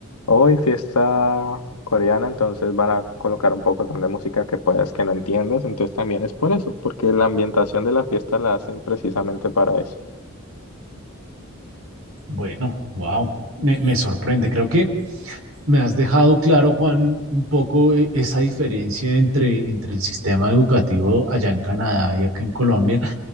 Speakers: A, on the left; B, on the right.
A: hoy fiesta coreana, entonces van a colocar un poco de música que puedas que no entiendas. Entonces también es por eso, porque la ambientación de la fiesta la hacen precisamente para eso.
B: Bueno, wow, me, me sorprende. Creo que Me has dejado claro, Juan, un poco eh, esa diferencia entre, entre el sistema educativo allá en Canadá y acá en Colombia.